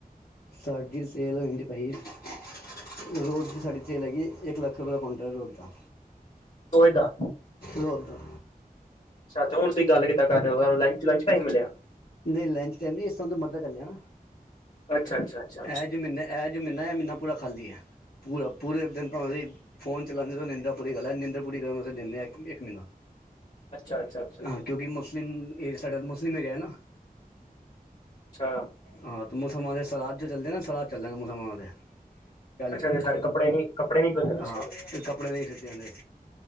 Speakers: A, on the left; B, on the left.
A: ਸਾਡੀ ਸੇਲ ਨੀ ਹੁੰਦੀ ਪਈ। ਰੋਜ ਦੀ ਸੇਲ ਸਾਡੀ ਹੈਗੀ ਐ ਇੱਕ ਲੱਖ ਰੁਪੈ ਦਾ ਕੁਅੰਟਰ ਰੋਜ ਦਾ।
B: ਤੋਏਦਾ
A: ਰੋਜ਼ ਦਾ
B: ਅੱਛਾ ਤੁਸੀ ਕਿਦਾਂ ਗੱਲ ਕਰ ਰਏ ਓਂ ਹੂੰ ਲੰਚ-ਲੰਚ ਟਾਈਮ ਮਿਲਿਆ।
A: ਨਈਂ ਲੰਚ ਟਾਈਮ ਨੀ ਏਸ ਟਾਈਮ ਮੰਦਰ ਚਲਿਆ ਨਾ,
B: ਅੱਛਾ ਅੱਛਾ ਅੱਛਾ
A: ਐ ਜਿਵੇਂ ਹੁੰਦਾ ਐ ਜੋ ਮੀਨਾ ਐ ਏ ਮੀਨਾ ਪੂਰਾ ਖਾਲੀ ਐ, ਪੂਰਾ ਪੂਰੇ ਦਿਨ ਭਾਵੇਂ ਦੀ ਫੋਨ ਚਲਾਂਦੇ ਨੀਂਦਾਂ ਪੂਰੀ ਕਰਲੈ ਨਿੰਦਰ ਪੂਰੀ ਕਰਨ ਵਾਸਤੇ ਦਿੰਦੇ ਐ ਇਕ ਮੀਨਾ।
B: ਅੱਛਾ ਅੱਛਾ ਅੱਛਾ ਅੱਛਾ
A: ਹਾਂ ਕਿਓਂਕਿ ਮੁਸਲਿਮ ਸਾਡਾ ਮੁਸਲਿਮ ਏਰੀਆ ਐ ਨਾ
B: ਅੱਛਾ
A: ਹਾਂ ਤੇ ਮੁਸਲਮਾਨਾਂ ਦੇ ਸ਼ਰਾਦ ਜੋ ਚੱਲਦੇ ਨਾ ਸ਼ਰਾਦ ਚੱਲਦੇ ਨੇ ਮੁਸਲਮਾਨਾਂ ਦੇ
B: ਅੱਛਾ
A: ਚਾਲੀ ਦਿਨ
B: ਤੇ
A: ਦੇ
B: ਸਰ ਕੱਪੜੇ ਨੀ ਕੱਪੜੇ ਨੀ ਬਦਲਣੇ
A: ਹਾਂ,
B: ਇਸ
A: ਤੇ ਕੱਪੜੇ ਨਈਂ ਸੀਤੇ ਜਾਂਦੇ।